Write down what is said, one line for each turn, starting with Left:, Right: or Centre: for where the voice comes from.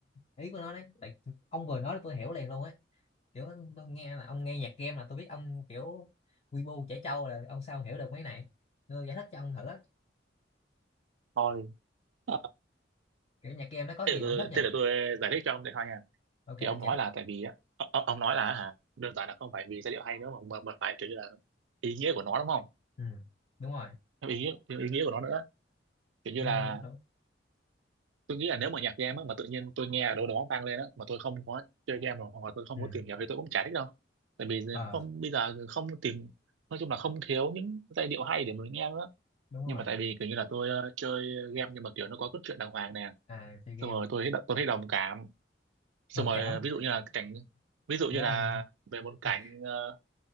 Left: ờ, ý của nó đấy tại ông vừa nói là tôi hiểu liền luôn ấy kiểu tôi nghe là ông nghe nhạc game là tôi biết ông kiểu quy bu trẻ trâu là ông sao ông hiểu được mấy này tôi giải thích cho ông thử á
Right: thôi ờ,
Left: kiểu nhạc game nó có gì
Right: thế để tôi,
Left: mà ông thích nha
Right: thế để tôi giải thích cho ông để thôi nha
Left: ok
Right: thì ông
Left: giải
Right: nói
Left: thích
Right: là tại vì á, ờ, ờ, ông nói là hả đơn giản là không phải vì giai điệu hay nữa mà mà, mà phải kiểu như là ý nghĩa của nó đúng không
Left: ừ đúng rồi
Right: ý nghĩa ý nghĩa của nó nữa kiểu như
Left: đúng
Right: là
Left: đúng đúng đúng
Right: tôi nghĩ là nếu mà nhạc game á, mà tự nhiên tôi nghe ở đâu đó vang lên á mà tôi không có chơi game rồi hoặc là tôi không
Left: ừ
Right: có tìm hiểu thì tôi cũng chả thích đâu tại vì
Left: ờ
Right: không bây giờ không tìm nói chung là không thiếu những giai điệu hay để mình nghe nữa
Left: đúng rồi
Right: nhưng mà tại vì kiểu như là tôi ờ, chơi game nhưng mà kiểu nó có cốt truyện đàng hoàng nè
Left: à chơi game
Right: xong rồi tôi thấy tôi thấy đồng cảm xong
Left: đồng
Right: rồi
Left: cảm
Right: ờ, ví dụ như là cái cảnh ví dụ
Left: kiểu
Right: như
Left: ông
Right: là về một cảnh
Left: <laughs>
Right: ờ,